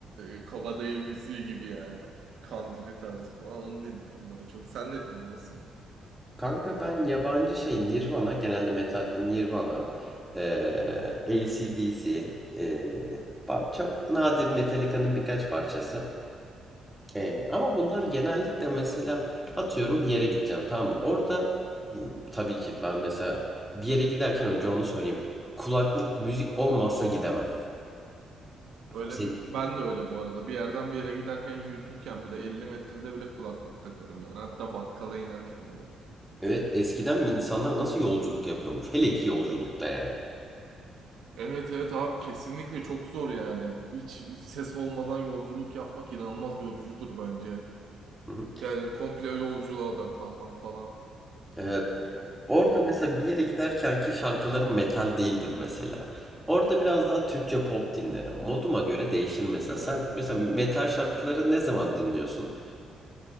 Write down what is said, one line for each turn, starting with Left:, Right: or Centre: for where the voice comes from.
Right: e, kabadayı müziği gibi yani country tarzı falan onu dinlerim daha çok. Sen ne dinliyorsun?
Centre: Kanka ben yabancı şey Nirvana genelde metalde Nirvana, eee AC/DC, eee, ba- çok nadir Metallica'nın birkaç parçası. Eee, ama bunlar genellikle mesela atıyorum bir yere gideceğim tamam mı? Orada m, tabii ki ben mesela bir yere giderken önce onu sorayım. Kulaklık müzik olmazsa gidemem.
Right: Öyle
Centre: Senin-
Right: mi? Ben de öyle bu arada. Bir yerden bir yere giderken yürürken bile 50 metrede bile kulaklık takarım yani. Hatta bakkala inerken bile.
Centre: Evet eskiden mi insanlar nasıl yolculuk yapıyormuş? Hele ki yolculukta yani.
Right: Evet evet abi kesinlikle çok zor yani. Hiç ses olmadan yolculuk yapmak inanılmaz yorucudur bence.
Centre: Hı hı.
Right: Yani komple yolculuğa odaklanmak falan.
Centre: Evet. Orada mesela bir yere giderken ki şarkılarım metal değildir mesela. Orada biraz daha Türkçe pop dinlerim. Moduma göre değişir mesela.
Right: Ee,
Centre: Sen mesela metal şarkıları
Right: hı.
Centre: ne zaman dinliyorsun?